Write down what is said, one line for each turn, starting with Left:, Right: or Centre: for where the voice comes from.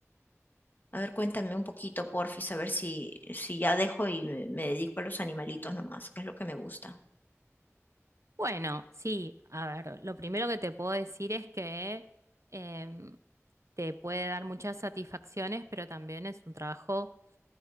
Left: A ver, cuéntame un poquito, porfis, a ver si, si ya dejo y me, me dedico a los animalitos nomás, que es lo que me gusta.
Right: Bueno, sí, a ver, lo primero que te puedo decir es que em, te puede dar muchas satisfacciones, pero también es un trabajo